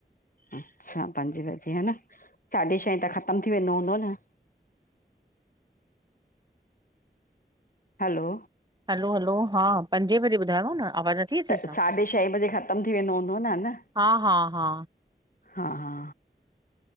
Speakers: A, on the left; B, on the right.
A: अच्छा पंजे बजे ह न साढे छहें त ख़तम थी वेंदो हूंदो न? हलो।
B: हलो, हलो हा पंजे बजे ॿुधायो न? आवाज़ नथी अचे
A: त
B: छा?
A: साढे छह बजे ख़त्म थी वेंदो हूंदो न न?
B: हा हा हा
A: हा। हा